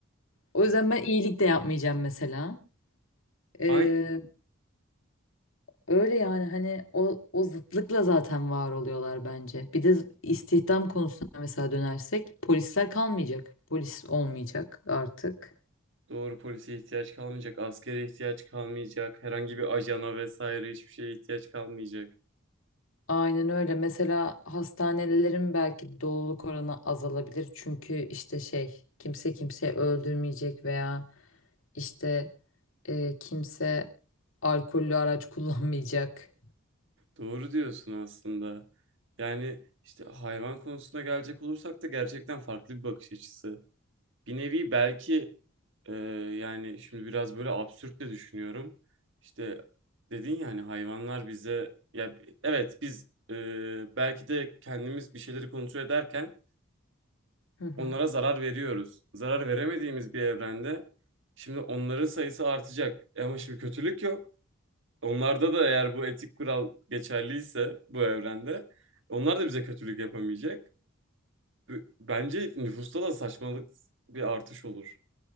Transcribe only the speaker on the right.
Aynı
doğru polise ihtiyaç kalmayacak, askere ihtiyaç kalmayacak, herhangi bir ajana vesaire hiçbir şeye ihtiyaç kalmayacak.
Doğru diyorsun aslında. Yani işte hayvan konusuna gelecek olursak da gerçekten farklı bir bakış açısı. Bir nevi belki e, yani şimdi biraz böyle absürt de düşünüyorum. İşte dedin ya hani hayvanlar bize ya evet biz e, belki de kendimiz bir şeyleri kontrol ederken
onlara zarar veriyoruz. Zarar veremediğimiz bir evrende şimdi onların sayısı artacak. E ama şimdi kötülük yok. Onlarda da eğer bu etik kural geçerliyse bu evrende onlar da bize kötülük yapamayacak. B- Bence nüfusta da saçmalık bir artış olur.